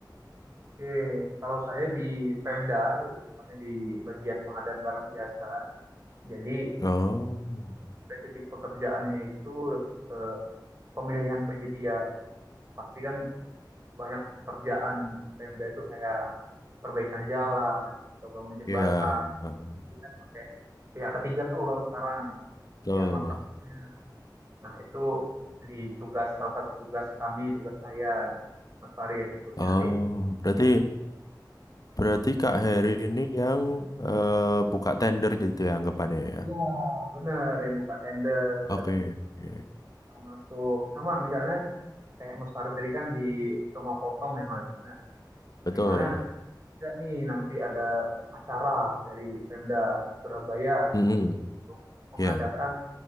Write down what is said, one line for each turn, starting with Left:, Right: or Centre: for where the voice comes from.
Right: oke. Kalau saya di Pemda, lebih tepatnya di bagian pengadaan barang jasa. Jadi
Left: Oh,
Right: spesifik pekerjaannya itu lebih ke pemilihan penyedia. Pasti kan banyak pekerjaan Pemda itu kayak perbaikan jalan atau bangun jembatan
Left: ya, heeh,
Right: bisa pakai pihak ketiga tuh kalau sekarang
Left: betul.
Right: pihak kontraktornya nah itu di tugas salah satu tugas kami tugas saya Mas Farid untuk
Left: Oh,
Right: nyari
Left: berarti berarti
Right: Mm.
Left: Kak Heri ini yang eh, buka tender gitu ya anggapannya ya.
Right: Iya, bener yang buka tender
Left: Oke, oke.
Right: masuk sama misalnya kayak Mas Farid tadi kan di rumah potong ya Mas nah
Left: Betul.
Right: misalnya ada nih nanti ada acara dari Pemda Surabaya
Left: Mm-mm,
Right: untuk mengadakan
Left: Ya,